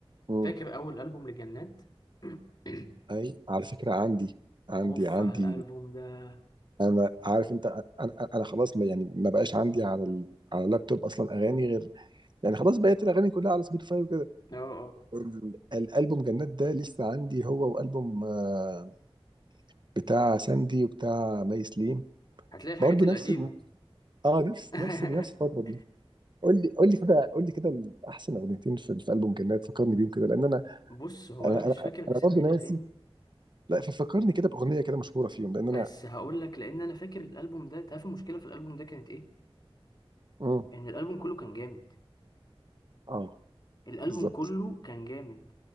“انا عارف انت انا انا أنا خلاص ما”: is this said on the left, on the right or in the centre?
Right